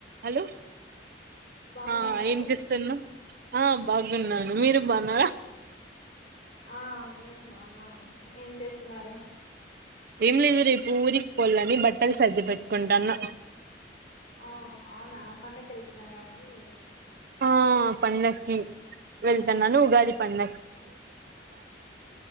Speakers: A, on the right; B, on the left.
A: హలో
B: బాగున్నారా
A: ఆ
B: అండి
A: ఏమ్ చేస్తున్నావ్ ఆ బాగున్నాను మీరు బాన్నార
B: ఆ మేము బాగున్నామండి ఏం చేస్తున్నారు
A: ఏం లేదు రేపు ఊరిక్ పోల్లని బట్టలు సర్ది పెట్టుకుంటాన్న.
B: ఆ అవునా పండక్క్ ఎళ్తున్నారా అండి మీరు
A: ఆ పండక్కి వెళ్తన్నాను ఉగాది పండ